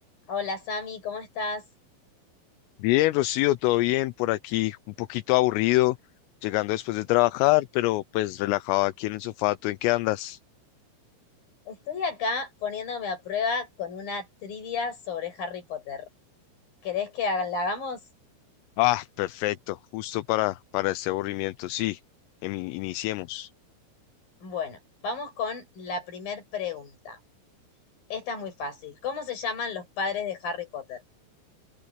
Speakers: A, on the left; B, on the left.
A: Hola Sami, ¿cómo estás?
B: Bien, Rocío, todo bien por aquí, un poquito aburrido, llegando después de trabajar, pero pues relajado aquí en el sofá. ¿Tú en qué andas?
A: Estoy acá poniéndome a prueba con una trivia sobre Harry Potter. ¿Querés que haga- la hagamos?
B: Ah, perfecto, justo para, para este aburrimiento, sí. em- iniciemos.
A: Bueno, vamos con la primer pregunta. Esta es muy fácil. ¿Cómo se llaman los padres de Harry Potter?